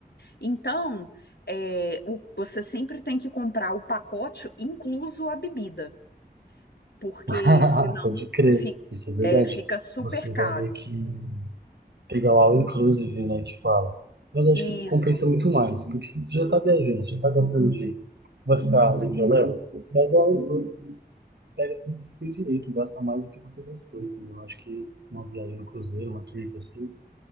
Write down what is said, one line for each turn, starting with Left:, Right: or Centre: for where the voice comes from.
Left: Então, é, o- você sempre tem que comprar o pacote, incluso a bebida, porque
Right: <laughs>
Left: senão
Right: Pode crer,
Left: fi-
Right: isso é verdade.
Left: é, fica super
Right: Você
Left: caro.
Right: vai ver que pegar o all inclusive, né, que fala. Mas acho
Left: Isso,
Right: que compensa muito mais, porque se tu já tá viajando, já tá gastando dinheiro vai ficar legal mesmo, pega o all inclusive, pega tudo que você tem direito, gasta mais do que você gastou, entendeu? Acho que uma viagem no cruzeiro, uma trip assim,